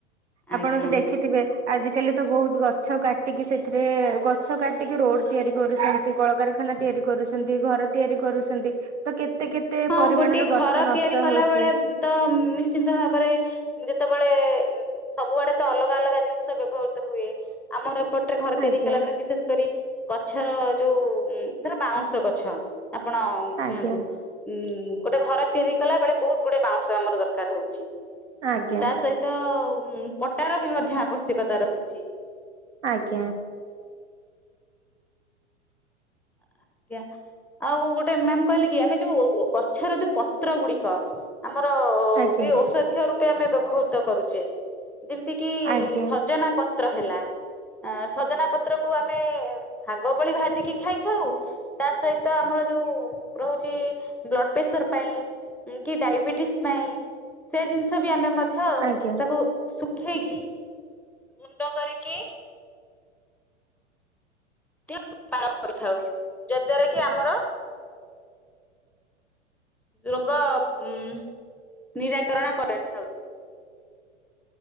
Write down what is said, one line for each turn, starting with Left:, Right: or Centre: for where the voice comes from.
Right: ଆପଣ
Centre: ଆଜ୍ଞା
Right: ବି ଦେଖିଥିବେ ଆଜି କଲି ତ ବହୁତ ଗଛ କାଟିକି ସେଥିରେ ଗଛ କାଟିକି ରୋଡ ତିଆରି କରୁଛନ୍ତି, କଳକାରଖାନା ତିଆରି କରୁଛନ୍ତି ଘର ତିଆରି କରୁଛନ୍ତି ତ କେତେ କେତେ
Centre: ହଁ
Right: ପରିମାଣର
Centre: ଗୋଟେ
Right: ଗଛ
Centre: ଘର
Right: ନଷ୍ଟ
Centre: ତିଆରି କଲା
Right: ହଉଛି
Centre: ବେଳେ ତ ନିଶ୍ଚିନ୍ତ ଭାବରେ ଯେତେବେଳେ ସବୁଆଡେ ତ ଅଲଗା ଅଲଗା ଜିନିଷ ବ୍ୟବହ ହୁଏ ଆମର ଏପଟରେ ଘର ତିଆରି
Right: ଆଜ୍ଞା
Centre: କଲାବେଳେ ବିଶେଷ କରି ଗଛର ଯୋଉ ଧର ବାଉଁଶ ଗଛ, ଆପଣ
Right: ଆଜ୍ଞା
Centre: ନିଅନ୍ତୁ, ଉୁଁ ଗୋଟେ ଘର ତିଆରି କଲା ବେଳେ ବହୁତ ଗୁଡେ ବାଉଁଶ ଆମର ଦରକାର ହଉଛି,
Right: ଆଜ୍ଞା
Centre: ତା ସହିତ ପ <inaudible> ତାର ବି ମଧ୍ୟ ଆବଶ୍ୟକତା ରହୁଛି,
Right: ଆଜ୍ଞା
Centre: ଆଜ୍ଞା ଆଉ ଗୋଟେ ମ୍ୟାମ କହିଲେ କି ଆମେ ଯୋଉ ଗଛର ଯୋଉ ପତ୍ର ଗୁଡିକ ଆମର
Right: ଆଜ୍ଞା
Centre: ବି ଔଷଧିୀୟ ର <inaudible> ଆମେ ବ୍ୟବହୃତ କରୁଛେ, ଯେମିତି କିି
Right: ଆଜ୍ଞା
Centre: ସଜନା ପ ପତ୍ର ହେଲା ସଜନା ପତ୍ରକୁୁ ଆମେ ଶଙ୍ଗ ଭଳି ଭାଜିକି ଖାଇଥାଉ ତା ସହିତ ଆମର ଯୋଉ ରହୁଛି ବ୍ଲଡ ପ୍ରେସର ପାଇଁ କି ଡାଇବେଟିସ ପାଇଁ ସେ ଜିନିଷ ବି ଆମେ ମଧ୍ୟ
Right: ଆଜ୍ଞା
Centre: ତାକୁ ଉଠେଇକି ଗୁଣ୍ଡ କରିକି ମଧ୍ୟ ବାର କରିଥାଉ ଯଦ୍ଵାରା କି ଆମର ରୋଗ ଉ ନିରାକରଣ କରିଥାଉ